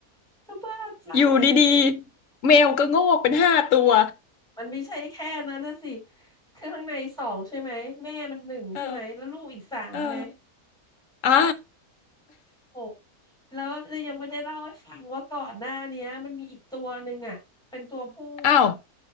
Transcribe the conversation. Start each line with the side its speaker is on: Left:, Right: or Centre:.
Centre: จะบ้าตาย
Left: อยู่ดีๆแมวก็งอกเป็นห้าตัว
Centre: มันไม่ใช่แค่นั้นนะสิคือข้างในสองใช่ไหมแม่มันหนึ่งใช่ไหมแล้วลูกอีกสามไง
Left: เออเอออ่า
Centre: โอ้แล้วยังไม่ได้เล่าให้ฟังว่าก่อนหน้าเนี้ยมันมีอีกตัวหนึ่งอ่ะเป็นตัวผู้
Left: อ้าว